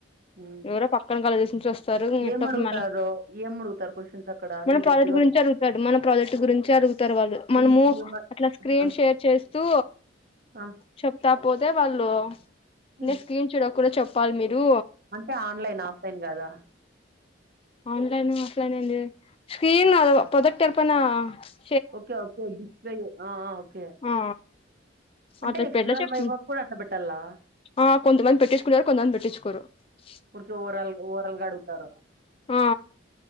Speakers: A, on the right; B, on the left.
A: ఉమ్
B: ఎవరో పక్కన కాలేజ్ నుంచి వస్తారు ఎప్పుడు
A: ఏం అడుగుతారో
B: మ
A: ఏం అడుగుతారు క్వశ్చన్స్ అక్కడ అంటే
B: మన ప్రాజెక్ట్
A: డెప్త్ గా
B: గురించి
A: అడుగు
B: అడుగుతాడు మన ప్రాజెక్ట్ గురించే అడుగుతారు వాళ్ళు
A: మిమ్
B: మనము
A: మిమ్మ
B: అట్లా స్క్రీన్
A: ఆ
B: షేర్ చేస్తూ
A: ఆ
B: చెప్తా పోతే వాళ్ళు
A: హ్మ్
B: న స్క్రీన్ షేర్ ఒక చెప్ కాల్ మీ డు
A: అంటే ఆన్లైన్ ఆఫ్లైన్ కాదా
B: online offline screen product <unintelligible>
A: okay okay good thing okay
B: ఆ
A: అంటే
B: అట్లా
A: ఎక్స్టర్నల్
B: పెళ్ల చెప్ప
A: వైవా కూడా అట్లా పెట్టాలా
B: ఆ కొంతమంది పెట్టేసుకున్నారు కొంతమంది పెట్ట <unintelligible>
A: ఊర్క ఓరాల్ ఓరాల్గా అడుగుతారు
B: ఆ